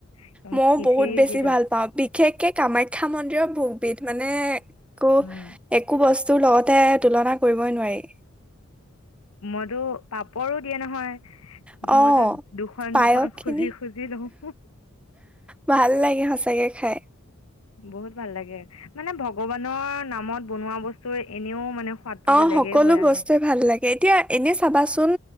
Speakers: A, on the left; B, in the centre.
A: একদম
B: মইও
A: খিচিৰিও
B: বহুত বেছি
A: দিয়েতো
B: ভাল পাওঁ বিশেষকে কামাখ্যা মন্দিৰৰ ভ বিধ মানে একো
A: উম
B: একো বস্ত তোৰ লগতে তুলনা কৰিবই নোৱাৰি
A: মইতো পাপৰো দিয়ে নহয়
B: অ
A: মইতো দুখন
B: পায়স
A: দুখন খুজি
B: খিনি
A: খুজি লওঁ
B: ভাল লাগে সচাকে খায়
A: বহুত ভাল লাগে মানে ভগৱানৰ নামত বনোৱা বস্তু এনেও মানে সোৱাদটো
B: অ
A: বেলেগেই
B: সকলো
A: হৈ আহে
B: বস্তুৱে ভাল লাগে এতিয়া এনে চাবাচোন